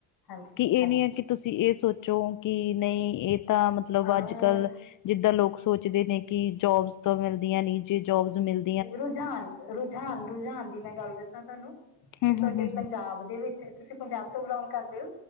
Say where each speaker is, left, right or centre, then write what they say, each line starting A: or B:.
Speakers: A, on the left; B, on the left.
A: ਹਾਂਜੀ।
B: ਕਿ
A: ਹਾਂਜੀ
B: ਏਨੀ ਐ ਕਿ ਤੁਸੀ ਏ ਸੋਚੋ ਕਿ ਨਈਂ, ਏਤਾਂ ਮਤਲਬ
A: ਅਹ
B: ਅੱਜ-ਕੱਲ ਜਿੱਦ ਤਾਂ ਲੋਕ ਸੋਚਦੇ ਨੇ ਕਿ ਜੋਬਸ ਤਾਂ ਮਿਲਦੀਆਂ ਨੀ, ਜੇ ਜੋਬਸ ਮਿਲ
A: ਰੁਝਾਨ, ਰੁਝਾਨ, ਰੁਝਾਨ ਦੀ ਮੈਂ ਗੱਲ ਦੱਸਾਂ ਤੁਆਨੂੰ
B: ਹੂੰ-ਹੂੰ-ਹੂੰ,
A: ਤੇ ਸਾਡੇ ਪੰਜਾਬ ਦੇ ਵਿੱਚ, ਤੁਸੀਂ ਪੰਜਾਬ ਤੋਂ ਬਿਲੋਂਗ ਕਰਦੇ ਓ?